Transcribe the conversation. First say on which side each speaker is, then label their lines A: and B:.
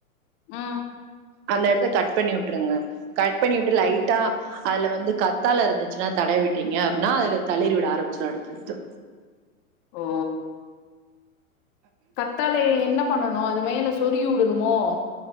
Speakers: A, on the left; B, on the right.
A: ம்
B: அந்த இடத்த கட் பண்ணி விட்டுருங்க கட் பண்ணி விட்டு லைட்டா அதுல வந்து கத்தாழ இருந்துச்சுன்னா தடை விட்டிங்க அப்படின்னா அதுல தள்ளறி விட ஆரம்பிச்சிட அடுத்தடுத்து
A: ஓ கத்தாழை என்ன பண்ணனு அது மேல சொருகி விடணுமோ